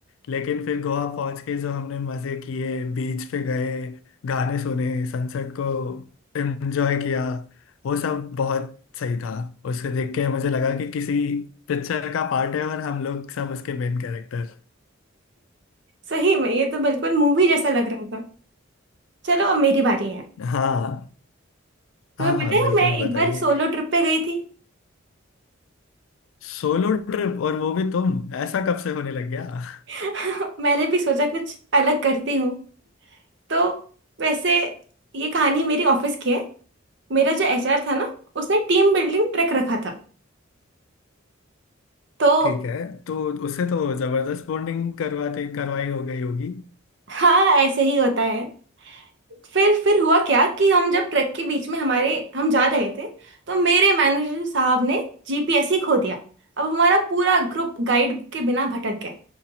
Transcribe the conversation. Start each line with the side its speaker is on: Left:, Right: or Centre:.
Left: लेकिन फिर गोवा पहुंच के जो हमने मजे किए बीच पे गए गाने सुने सनसेट को एंजॉय किया वो सब बहुत सही था उसको देख के मुझे लगा कि किसी पिक्चर का पार्ट है और हम लोग सब उसके मेन कैरेक्टर
Right: सही में ये तो बिल्कुल मूवी जैसा लग रहा था चलो अब मेरी बारी है
Left: हाँ
Right: तुम्हें
Left: हाँ
Right: पता
Left: हाँ
Right: है
Left: बिल्कुल
Right: मैं एक
Left: बताइए
Right: बार सोलो ट्रिप पे गई थी
Left: सोलो ट्रिप और वो भी तुम ऐसा कब से होने लग गया
Right: <laughs> मैंने भी सोचा कुछ अलग करती हूँ तो वैसे ये कहानी मेरी ऑफिस की है मेरा जो एचआर था ना उसने टीम बिल्डिंग ट्रैक रखा था तो
Left: ठीक है तो उससे तो जबरदस्त बॉन्डिंग करवाते करवाई हो गई होगी
Right: हाँ ऐसे ही होता है फिर फिर हुआ क्या कि हम जब ट्रैक के बीच में हमारे हम जा रहे थे तो मेरे मैनेजर साहब ने जीपीएस ही खो दिया अब हमारा पूरा ग्रुप गाइड के बिना भटक गया